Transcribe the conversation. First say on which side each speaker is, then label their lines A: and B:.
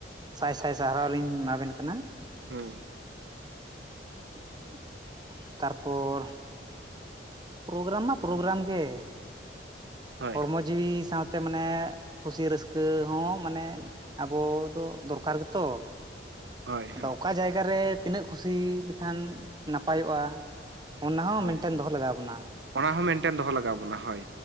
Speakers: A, on the right; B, on the right.
A: ᱥᱟᱭ ᱥᱟᱭ ᱥᱟᱦᱨᱟᱣ ᱞᱤᱧ ᱮᱢᱟ ᱵᱤᱱ ᱠᱟᱱᱟ,
B: ᱦᱩᱸ,
A: <unintelligible> ᱛᱟᱨᱯᱚᱨ ᱯᱨᱳᱜᱨᱟᱢ ᱢᱟ ᱯᱨᱳᱜᱨᱟᱢ ᱜᱮ
B: ᱦᱳᱭ
A: ᱦᱚᱲᱢᱚᱡ ᱡᱤᱣᱤ ᱥᱟᱶᱛᱮ ᱢᱟᱱᱮᱻᱜ ᱠᱩᱥᱤ ᱨᱟᱹᱥᱠᱟᱹ ᱦᱚᱸ ᱢᱟᱱᱮᱻᱜ ᱟᱵᱚ ᱫᱚ ᱫᱚᱨᱠᱟᱨ ᱜᱮᱛᱚ᱾
B: ᱦᱳᱭ
A: ᱟᱫᱚ
B: ᱦᱳᱭ
A: ᱚᱠᱟ ᱡᱟᱭᱜᱟ ᱨᱮ ᱛᱤᱱᱟᱹᱜ ᱠᱩᱥᱤ ᱞᱮᱠᱷᱟᱱ ᱱᱟᱯᱟᱭᱚᱜᱼᱟ, ᱚᱱᱟ ᱦᱚᱸ
B: ᱦᱳᱭ
A: ᱢᱮᱱᱴᱮᱸᱱ ᱫᱚᱦᱚ ᱞᱟᱜᱟᱣ- ᱵᱚᱱᱟ
B: ᱚᱱᱟ ᱦᱚᱸ ᱢᱮᱱᱴᱮᱱ ᱫᱚᱦᱚ ᱞᱟᱜᱟᱣ ᱟᱵᱚᱱᱟ ᱦᱳᱭ,